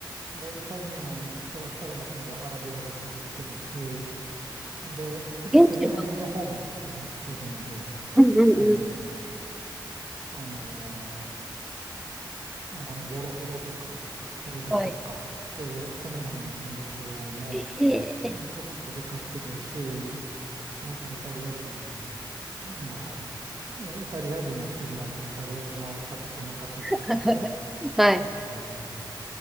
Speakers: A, on the right; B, in the centre.
A: モーリタニアの人だったらもうアラビア語喋ってるし、んで、結構セネガルの方の人とも来てるので、
B: 現地は、うんうんうん、
A: あの、あの、あの、ウォロフ語とか、トル語とか、
B: はい。
A: そういうセネガルの民族語も、
B: ええ
A: うん、結構飛び交ってるし、なんかイタリア人は、まあ、イタリア人は一人なのでイタリア語は喋ってなかったですけど、
B: <laughs> はい。
A: あの、